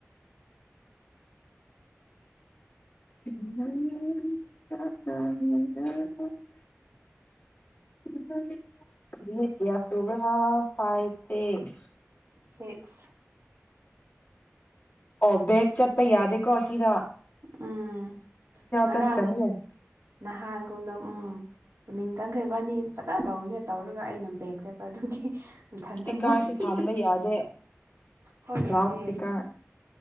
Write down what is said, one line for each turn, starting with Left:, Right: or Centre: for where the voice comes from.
Left: <unintelligible> ꯀꯌꯥ ꯁꯨꯔ‌ꯦ ꯐꯥꯏꯚ ꯁꯤꯛꯁ
Right: ꯁꯤꯛꯁ
Left: ꯑꯣ ꯕꯦꯛꯒ ꯆꯠꯄ ꯌꯥꯗ‌ꯦꯀꯣ ꯑꯁꯤꯗ
Right: ꯎꯝ ꯉꯔꯥꯡ
Left: ꯆꯠꯈ꯭ꯔꯅꯤ
Right: ꯅꯍꯥꯟꯒꯨꯝꯅ ꯎꯝ ꯄꯨꯅꯤꯡꯇ‌ꯪꯒ ꯏꯕꯥꯅꯤ ꯐꯖꯅ ꯇꯧꯕꯅꯤꯅ ꯇꯧꯔꯒ ꯑꯩꯅ ꯕꯦꯒ ꯆꯠꯄ ꯑꯗꯨꯒꯤ ꯃꯊꯟꯇ
Left: ꯏꯁꯄꯤꯀꯔꯁꯨ
Right: ꯃꯨꯠꯈꯤ
Left: ꯊꯝꯕ ꯌꯥꯗꯦ
Right: ꯍꯣꯏ ꯌꯥꯗꯦ
Left: ꯂꯥꯎꯠ ꯏꯁꯄꯤꯀꯔ